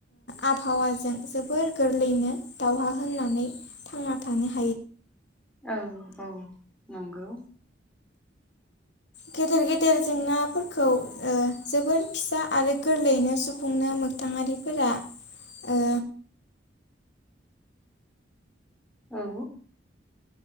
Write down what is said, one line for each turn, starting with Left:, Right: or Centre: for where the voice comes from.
Left: आबहावाजों जोबोर गोरलैयैनो दावहा होननानै थांना थानो हायो।
Centre: औ औ नंगौ
Left: गेदेर गेदेर जेंनाफोरखौ ओ जोबोर फिसा आरो गोरलैयैनो सुफुंनो मोनो। मोगथाङारिफोरा। ओ
Centre: औ